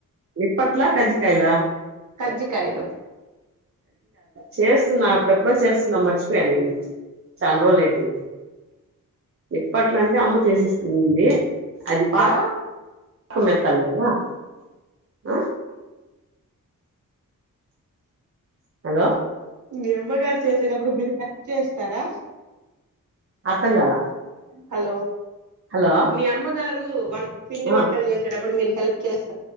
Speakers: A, on the right (about 40°); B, on the right (about 55°).
A: ఇప్పట్లా కజికయలా
B: కజ్జికాయలు
A: చేస్తున్నా అప్పుడెప్పుడో చేస్తున్నా మర్చిపోయాడు నేను చాన్ రోజులయింది అప్పట్లంటే అమ్ము చేసిస్తుంది అది
B: స్తారా
A: పా కు మత్తల్ద ఆ హలో
B: మీ అమ్మగారు చేసేటప్పుడు బిరికా చేస్తారా
A: అర్థం కాల
B: హలో
A: హలో
B: మీ అమ్మగారు వ పిండి
A: ఆ
B: వంటలు చేసేటప్పుడు మీరు హెల్ప్ చేస్త